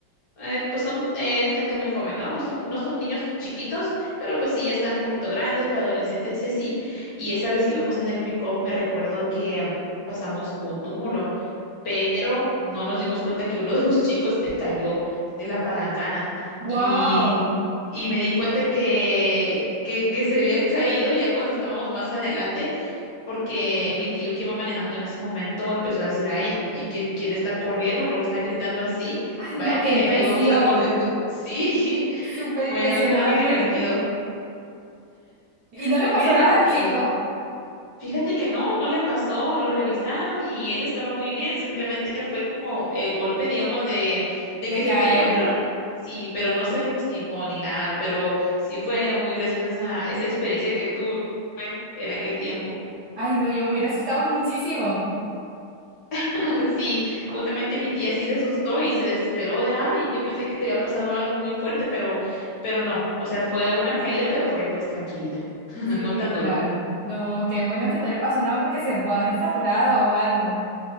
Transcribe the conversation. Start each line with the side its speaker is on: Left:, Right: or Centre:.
Left: eh, pues son eh, gente muy joven, ¿no? No son, no son niños chiquitos, pero pues sí ya están un poquito grandes, pero adolescentes y así. Y esa vez que íbamos en el pick-up, me recuerdo que mm, pasamos un túmulo pero no nos dimos cuenta que uno de los chicos se cayó de la palangana
Right: ¡Wow!
Left: y, y me di cuenta que, que, que se había caído ya cuando estábamos más adelante, porque mi tío que iba manejando en ese momento empezó a decir, ay, ¿y quién, quién está corriendo? Porque están gritando así.
Right: ¡Ay,
Left: Vaya
Right: no, qué
Left: que
Right: impresión!
Left: íbamos algo lento. Sí, <laughs>
Right: Súper
Left: fue
Right: impresionante.
Left: algo muy divertido,
Right: Y no
Left: fue
Right: le pasó
Left: muy divertido.
Right: nada al chico
Left: Fíjate que no, no le pasó, lo revisaron y él estaba muy bien, simplemente fue como el golpe, digamos, de, de
Right: de
Left: que
Right: caer.
Left: se cayó, pero n- sí, pero no se lastimó ni nada, pero sí fue muy graciosa esa, esa experiencia que tuve en aquel tiempo.
Right: Ay, no, yo me hubiera asustado muchísimo.
Left: <laughs> Sí, justamente mi tía sí se asustó y se desesperó de, ay, yo pensé que te había pasado algo muy fuerte, pero, pero no, o sea, fue una caída, pero fue pues tranquilita, <laughs>
Right: Sí,
Left: no tan
Right: claro.
Left: duro.
Right: No, qué bueno que no le pasó nada porque se puede haber fracturado o algo.